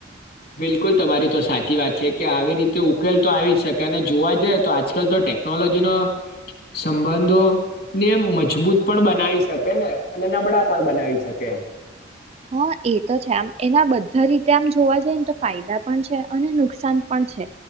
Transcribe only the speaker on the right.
હા, એ તો છે આમ એના બધા રીતે આમ જોવા જઈએ તો ફાયદા પણ છે અને નુકસાન પણ છે